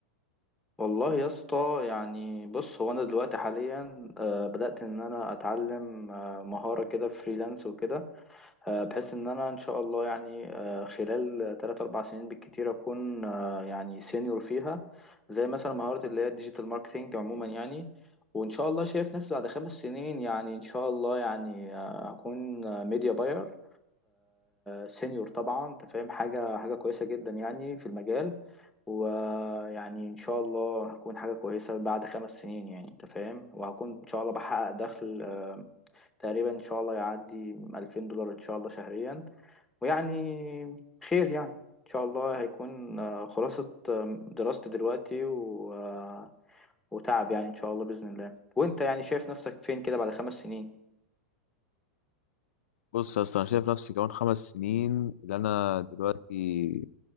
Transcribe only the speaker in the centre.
والله يا اسطى يعني بص هو انا دلوقتي حاليا آه، بدات ان انا اتعلم آه، مهاره كده فريلانس وكده آه، بحيث ان انا ان شاء الله يعني آه، خلال 3 4 سنين بالكتير اكون آه، يعني سينيور فيها زي مثلا مهارة اللي هي الديجيتال ماركتينج عموما يعني وان شاء الله شايف نفسي بعد خمس سنين يعني ان شاء الله يعني آه، هكون ميديا باير سينيور طبعا انت فاهم حاجة حاجة كويسة جدا يعني في المجال ويعني ان شاء الله هكون حاجة كويسة بعد خمس سنين يعني انت فاهم وهكون ان شاء الله بحقق دخل آه، تقريبا ان شاء الله يعدي 2000 دولار ان شاء الله شهريا ويعني خير يعني ان شاء الله هيكون آه، خلاصة آه، دراستي دلوقتي و... آه، وتعب يعني ان شاء الله بإذن الله وانت يعني شايف نفسك فين كده بعد خمس سنين